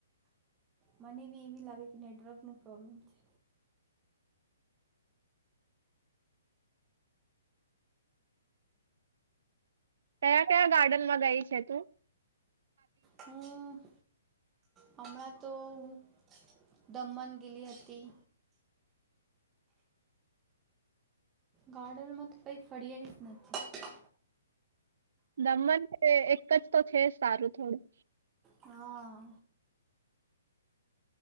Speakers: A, on the right; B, on the right.
A: મને બી એવી લાગે કે નેટવર્ક નું પ્રોબ્લેમ છે.
B: કયા કયા ગાર્ડનમાં ગઈ છે તું?
A: હું હમણાં તો હું દમણ ગેલી હતી. ગાર્ડનમાં તો કઈ ફરિયાય જ નથી.
B: દમન કે એક જ તો છે જ સારું થોડું.
A: હા.